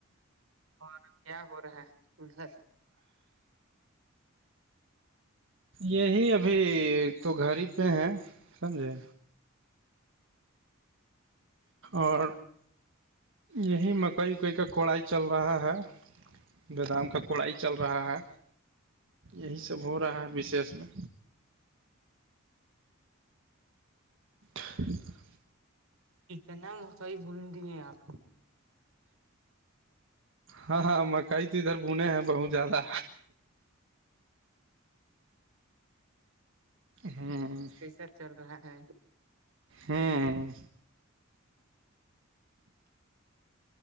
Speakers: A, on the right; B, on the right.
A: اور کیا ہو رہا ہے ادھر
B: یہی ابھی تو گھر ہی پہ ہیں سمجھے اور یہی مکئی اکئی کا کوڑائی چل رہا ہے بیدام کا کوڑائی چل رہا ہے یہی سب ہو رہا ہے وشیش میں <unintelligible>
A: کتنا مقعی بھون دیے آپ
B: ہاں ہاں مکئی تو ادھر بنے ہیں بہت زیادہ ہوں
A: کیسا چل رہا ہے
B: ہوں